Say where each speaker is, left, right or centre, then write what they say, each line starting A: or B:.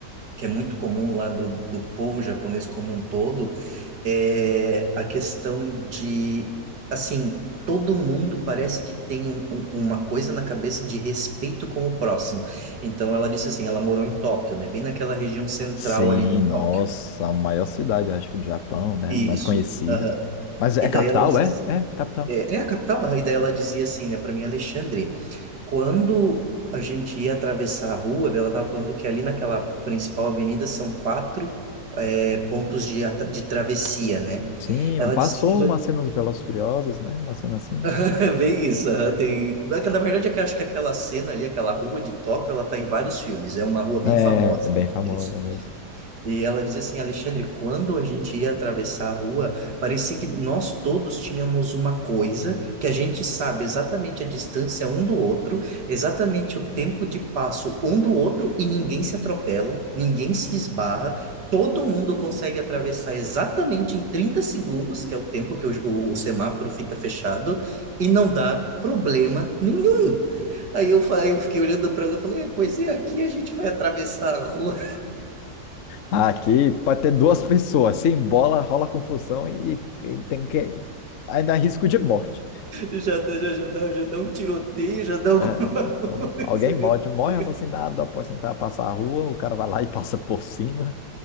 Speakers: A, on the right; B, on the left.
A: que é muito comum lá do, do povo japonês como um todo, é a questão de, assim, todo mundo parece que tem um- um- uma coisa na cabeça de respeito com o próximo. Então, ela disse assim, ela morou em Tóquio, né? Bem naquela região central
B: Sim,
A: ali de
B: nossa,
A: Tóquio.
B: a maior cidade, eu acho que do Japão, né?
A: Isso.
B: Mais conhecida.
A: aham.
B: Mas é
A: E daí
B: capital,
A: ela disse
B: é?
A: assim,
B: É, capital.
A: é, é a capital, e daí ela dizia assim, né, para mim, Alexandre, quando a gente ia atravessar a rua, daí ela estava falando que ali naquela principal avenida são quatro é, pontos de, atra- de travessia, né?
B: Sim,
A: Ela
B: passou
A: disse que aquilo-
B: uma cena dos Velozes e Furiosos, né? Uma cena assim.
A: <laughs> é bem isso, aham,
B: né.
A: tem... Na na verdade, é que eu acho que aquela cena ali, aquela rua de Tóquio, ela tá em vários filmes, é uma rua bem
B: É,
A: famosa.
B: é bem famosa
A: Eles...
B: mesmo.
A: E ela dizia assim, Alexandre, quando a gente ia atravessar a rua, parecia que nós todos tínhamos uma coisa que a gente sabe exatamente a distância um do outro, exatamente o tempo de passo um do outro e ninguém se atropela, ninguém se esbarra. Todo mundo consegue atravessar exatamente em 30 segundos, que é o tempo que o, o semáforo fica fechado, e não dá problema nenhum. Aí eu, fa- eu fiquei olhando para ela e falei, pois é, aqui a gente vai atravessar a rua
B: Ah, Aqui pode ter duas pessoas, se embola, rola confusão e, e tem que. Ainda há risco de morte.
A: Já, dá- já, já, dá, já dá um tiroteio, já dá alguma
B: É, é,
A: <laughs> coisa
B: alguém
A: ali
B: morre,
A: no
B: morre
A: meio.
B: assassinado após tentar passar a rua, o cara vai lá e passa por cima.